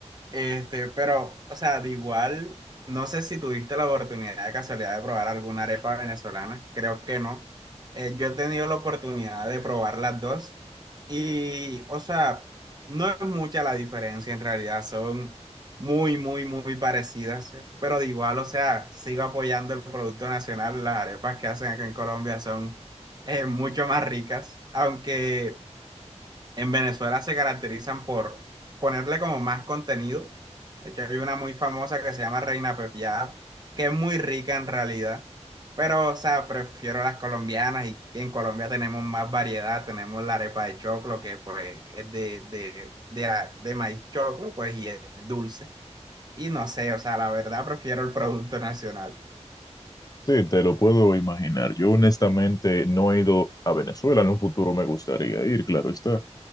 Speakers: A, on the right; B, on the left.
A: Este, pero, o sea, de igual, no sé si tuviste la oportunidad de casualidad de probar alguna arepa venezolana, creo que no. Eh, yo he tenido la oportunidad de probar las dos y, o sea, no es mucha la diferencia en realidad, son muy, muy, muy parecidas, pero de igual, o sea, sigo apoyando el producto nacional, las arepas que hacen acá en Colombia son eh, mucho más ricas, aunque en Venezuela se caracterizan por ponerle como más contenido. De hecho, hay una muy famosa que se llama Reina Pepiada, que es muy rica en realidad. Pero, o sea, prefiero las colombianas y en Colombia tenemos más variedad. Tenemos la arepa de choclo, que pues es de, de, de, a- de maíz choclo, pues y es dulce. Y no sé, o sea, la verdad prefiero el producto nacional.
B: Sí, te lo puedo imaginar. Yo honestamente no he ido a Venezuela, en un futuro me gustaría ir, claro está.